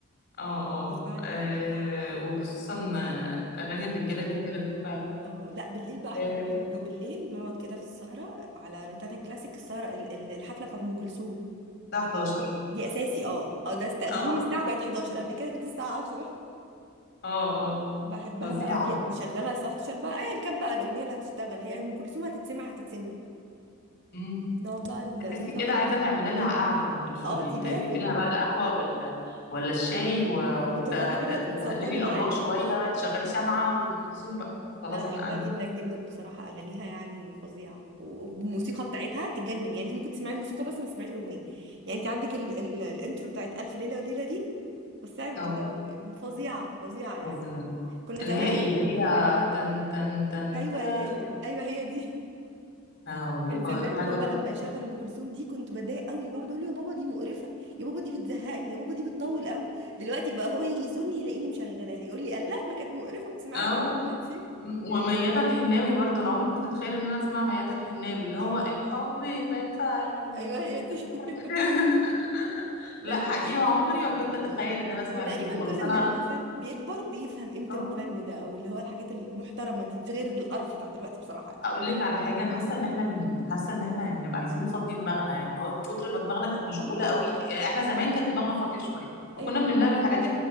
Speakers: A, on the left; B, on the right.
A: اه اه
B: غصب عني
A: آه، وخصوصا آه، اغاني الرجاله دي حاجه غريبه فعلا
B: اه لا بالليل بقى احنا
A: آه،
B: بنحب بالليل نقعد كده في السهره على روتانا كلاسيك السهره ال- ال- الحفله بتاعت ام كلثوم
A: الساعه 11
B: دي اساسي اه اه ده تغيير
A: اه
B: الساعه بقت 11 قبل كده كانت الساعه عشرة.
A: اه اه
B: بحبها
A: فظيعه
B: بقى دي نشغلها الساعة 11 بقى ايا كان بقى الأغنية اللي هتشتغل هي أم كلثوم هتتسمع هتتسمع
A: امم
B: نقعد بقى ن-
A: تحسي
B: نسلطن
A: كده عايزه تعملي لها قعده ام كلثوم
B: اه
A: دي
B: دي
A: تجيبي
B: لازم
A: لها بقى القهوه ولا ولا الشاي وتقللي
B: بتقعدي كده تتسلطني
A: الاضواء
B: معاها
A: شويه تشغلي شمعه وام كلثوم بقى خلاص
B: لا أنا بحبها
A: احنا قاعدين
B: جدا جدا بصراحة أغانيها يعني فظيعة و- والموسيقى بتاعتها تجنن يعني أنت ممكن تسمعي الموسيقى بس ما تسمعيش الأغنية يعني أنت عندك ال ال الإنترو بتاعت ألف ليلة وليلة دي بس من
A: اه
B: قدام فظيعة فظيعة يعني
A: فظيعه
B: كنا
A: اللي
B: زمان
A: هي ايه اللي هي تن تن تن
B: أيوه
A: تن
B: لا- أيوه هي دي
A: آه،
B: كان
A: ف-
B: زمان
A: حاجه
B: بابا <laughs> لما يشغل ام كلثوم دي كنت بتضايق قوي بقعد اقول له يا بابا دي مقرفه يا بابا دي بتزهقني يا بابا دي بتطول قوي دلوقتي بقى هو يجي يزورني يلاقيني مشغلاها يقول لي الله ما كانت مقرفه بتسمعها
A: اه
B: ليه دلوقتي
A: م- وميادة الحناوي برضه انا عمري ما كنت اتخيل ان انا اسمع ميادة الحناوي اللي هو
B: <laughs> اه بحبها
A: الحب يبان في عيوني
B: ايوه
A: و-
B: هي دي <laughs>
A: <laughs>
B: لا
A: لا حقيقي
B: بس
A: عمري ما كنت اتخيل ان انا اسمع
B: هو تقريبا
A: الناس دي خالص
B: كل
A: انا
B: ما الانسان بيكبر بيفهم قيمه
A: اه
B: الفن ده او اللي هو الحاجات المحترمه دي غير القرف بتاع دلوقتي بصراحه يعني.
A: اقول لك على حاجه انا حاسه ان احنا من حاسه ان احنا يعني بنبقى عايزين نفضي دماغنا يعني اللي هو كتر ما دماغنا كانت مشغوله
B: اه
A: قوي يعني احنا زمان كانت دماغنا فاضيه شويه فكنا
B: ايوه والله
A: بنملاها بالحاجات